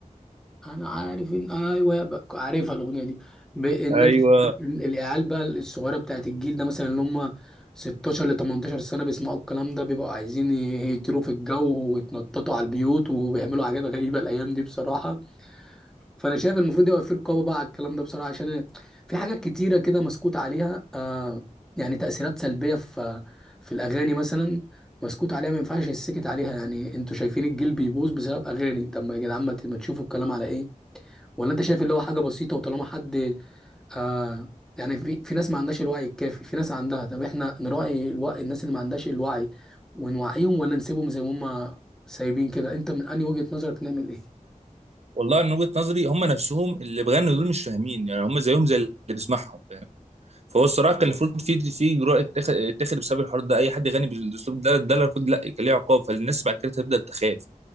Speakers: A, in the centre; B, on the right.
A: انا عارف ان ايوه بقى عارفها الاغنيه دي ب- الناس
B: ايوه
A: العيال بقى الصغيره بتاعت الجيل ده مثلا اللي هم 16 ل 18 سنه بيسمعوا الكلام ده بيبقوا عايزين يهيتروا في الجو ويتنططوا على البيوت وبيعملوا حاجات غريبه الايام دي بصراحه فانا شايف المفروض يبقى في رقابه بقى على الكلام ده بصراحه عشان في حاجات كتيره كده مسكوت عليها آه يعني تاثيرات سلبيه في في الاغاني مثلا مسكوت عليها ما ينفعش يسكت عليها يعني انتوا شايفين الجيل بيبوظ بسبب اغاني طب ما يا جدعان ما ت- ما تشوفوا الكلام على ايه ولا انت شايف اللي هو حاجه بسيطه وطالما حد آه يعني في في ناس ما عندهاش الوعي الكافي في ناس عندها طب احنا نراعي الوعي الناس اللي ما عندهاش الوعي ونوعيهم ولا نسيبهم زي ما هم سايبين كده انت من انهي وجهة نظرك نعمل ايه
B: والله من وجهه نظري هم نفسهم اللي بيغنوا دول مش فاهمين يعني هم زيهم زي اللي بيسمعهم فاهم فهو الصراحه كان المفروض في في جرأه اتخ- اتخذ بسبب الحوار ده اي حد يغني بالاسلوب ده ده المفروض لا كان ليه عقاب فالناس بعد كده تبدا تخاف